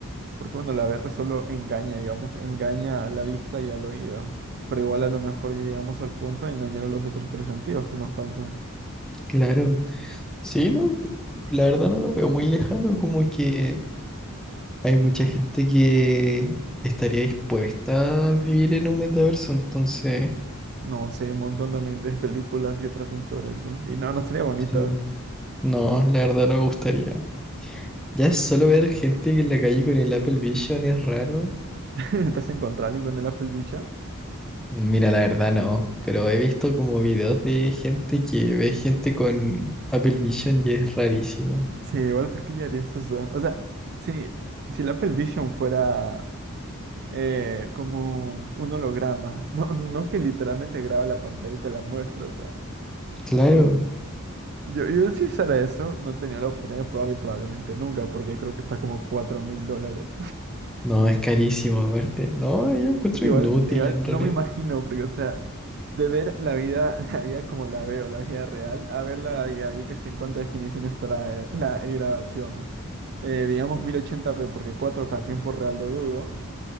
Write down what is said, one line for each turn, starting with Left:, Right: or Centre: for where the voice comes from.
Right: Porque bueno, la VR solo engaña, digamos, engaña a la vista y al oído. Pero igual a lo mejor ya llegamos al punto de engañar a los otros tres sentidos que nos faltan.
Centre: claro. Sí, no, la verdad no lo veo muy lejano, como que hay mucha gente que estaría dispuesta a vivir en un metaverso, entonces,
Right: No, sí, hay un montón también de películas que tratan sobre eso. Y no, no sería bonito.
Centre: sí. No, la verdad no me gustaría. Ya solo ver gente que en la calle con el Apple Vision es raro.
Right: <laughs> ¿Te has encontrado a alguien con el Apple Vision?
Centre: Mira, la verdad no, pero he visto como videos de gente que ve gente con Apple Vision y es rarísimo.
Right: Sí, igual, ¿por qué ya harías eso? O sea, sí, si el Apple Vision fuera eh, como un holograma, no, no que literalmente graba la pantalla y te la muestra, o sea.
Centre: Claro,
Right: Yo, yo si usara eso, no tenía la oportunidad, probable, probablemente nunca, porque creo que está como cuatro mil dólares.
Centre: no, es carísimo aparte. No, yo encuentro
Right: Igual,
Centre: inútil
Right: igual,
Centre: en
Right: no
Centre: realidad.
Right: me imagino, porque, o sea, de ver la vida, <laughs> la vida como la veo, la vida real, a ver la vida, yo qué sé en cuánta definición estará eh, la el grabación. Eh, digamos mil ochenta p porque cuatro k tiempo real lo dudo.